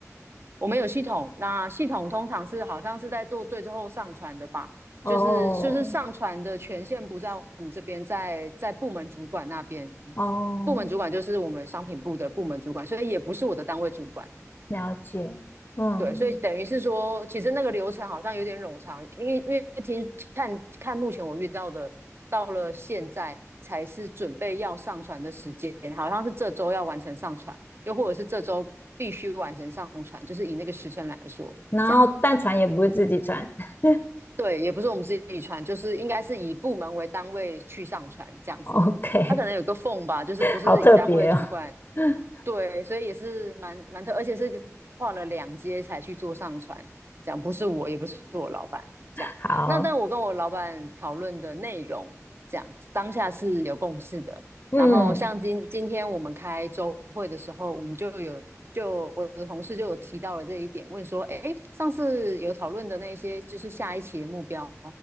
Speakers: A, on the right; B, on the left.
A: 我们有系统，那系统通常是好像是在做最最后上传的吧，
B: 哦
A: 就是就是上传的权限不在我们这边，在在部门主管那边。
B: 哦，
A: 部门主管就是我们商品部的部门主管，所以也不是我的单位主管。
B: 了解。嗯，
A: 对，所以等于是说，其实那个流程好像有点冗长，因为因为听看看目前我遇到的，到了现在才是准备要上传的时间，好像是这周要完成上传，又或者是这周必须完成上传，就是以那个时辰来说，
B: 然后但传也不是自己传。
A: 这样。
B: <laughs>
A: 对，也不是我们自己传，就是应该是以部门为单位去上传这样子的。
B: OK，
A: 他可能有个缝吧，就是不是以单位主管
B: 好特别哦。<laughs>
A: 对，所以也是蛮蛮特，而且是跨了两阶才去做上传，这样不是我，也不是我老板，这样。
B: 好，
A: 那但我跟我老板讨论的内容，这样当下是有共识的。
B: 嗯
A: 然后像今今天我们开周会的时候，我们就有就我的同事就有提到了这一点，问说，哎，上次有讨论的那些，就是下一期的目标，